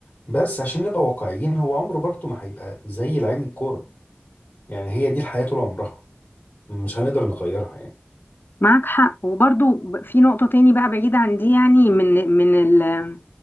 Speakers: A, on the left; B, on the left.
A: بس عشان نبقى واقعيين هو عمره برضه ما هيبقى زي لعيب الكورة يعني هي دي الحياة طول عمرها مش هنقدر نغيرها يعني
B: معاك حق وبرضو ب- في نقطة تاني بقى بعيد عن دي يعني من من ال-